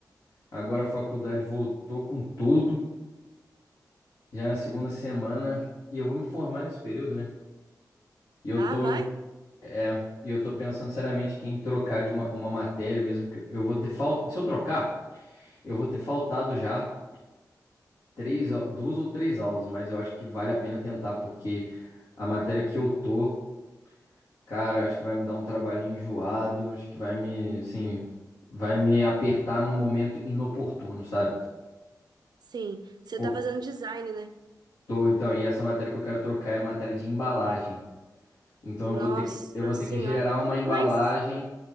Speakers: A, on the left; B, on the right.
A: agora a faculdade voltou com tudo, já na segunda semana, e eu vou me formar nesse período, né? E eu
B: Ah,
A: tô,
B: vai?
A: é, e eu tô pensando seriamente que em trocar de uma, uma matéria mesmo que eu eu vou ter falta, se eu trocar, eu vou ter faltado já três, au- duas ou três aulas, mas eu acho que vale a pena tentar porque a matéria que eu tô Cara, eu acho que vai me dar um trabalhinho enjoado, acho que vai me, assim, vai me apertar num momento inoportuno, sabe?
B: Sim. Você
A: Pô,
B: tá fazendo design, né?
A: tô, então, e essa matéria que eu quero trocar é a matéria de embalagem. Então
B: Nossa
A: eu vou ter que, eu vou ter
B: senhora.
A: que gerar uma embalagem
B: Mas,